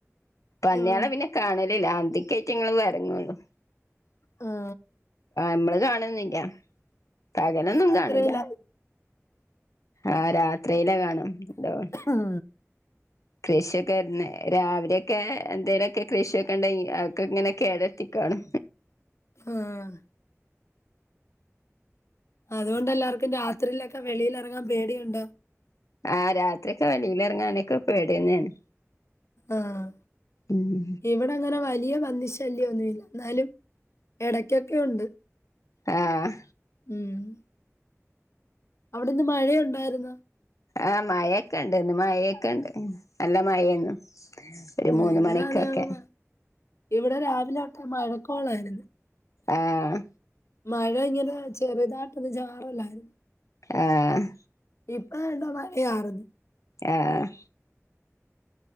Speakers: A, on the left; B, on the left.
A: പന്നികളെ
B: ഇവം
A: പിന്നെ കാണലില്ല അന്ക്കായിറ്റങ്ങള്ൾ വരങ്ങള്ളു
B: ഉം
A: നമ്മള് കാണുന്നിക്ക പകലൊന്നും
B: രാത്രിയിലാ
A: കാണില്ല ആഹ് രാത്രിയിലെ കാണാം ഉണ്ടാവും
B: ഉം
A: കൃഷിയൊക്കെ രാവിലെയൊക്കെ എന്തേലുമൊക്കെ കൃഷിയൊക്കെ ഉണ്ട അക്കെ ഇങ്ങനെയൊക്കെ ഏതത്തിക്കാണ്
B: ആഹ് അതുകൊണ്ട് എല്ലാവർക്കും രാത്രിയിലൊക്കെ വെളിയിൽ ഇറങ്ങാൻ പേടിയുണ്ടോ
A: ആഹ് രാത്രിൊക്കെ വെളിയിൽ ഇറങ്ങാനൊക്കെ പേടുന്നാണ്
B: ആഹ്
A: ഉം
B: ഇവിടെ അങ്ങനെ വലിയ പന്നി ശ ശല്യംന്നുമല്ല എന്നാലും ഇടയ്ക്കൊക്കെ ഉണ്ട്
A: ആഹ്
B: മം അവിടെന്ന് മഴയുണ്ടായിരുന്ന
A: ആഹ് മഴൊക്കെ ഇണ്ട്ന്ന് മഴൊക്കെണ്ട് നല്ല മഴയു എന്നും ഒരു
B: ഉം
A: മൂന്ന്
B: ഇവിടെ
A: മണിക്കൊക്കെ
B: അതേ ഇവിടെ രാവിലെ അവിട്ടെ മഴക്കോളായിരുന്നു
A: ആഹ്
B: മഴ ഇങ്ങനെ ചെറുതാട്ടൊന്നും ജാറല്ലായിരുന്നു
A: ആഹ്
B: ഇപ്പ വണ്ടോ മഴ ചാർന്ന്
A: ആഹ്